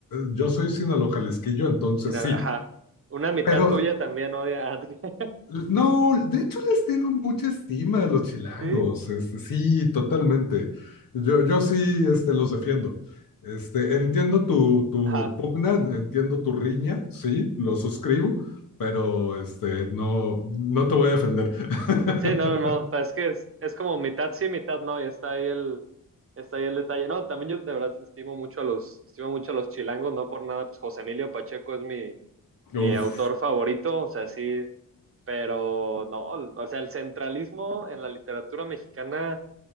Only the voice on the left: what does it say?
yo soy sinaloa-jalisquillo, entonces
sí.
Pero
no, de hecho les tengo mucha estima a los chilangos.
este, sí, totalmente. Yo, yo sí, este, los defiendo. Este, entiendo tu, tu
pugna, entiendo tu riña, sí, lo suscribo, pero este, no, no te voy a defender. <laughs>
Uf,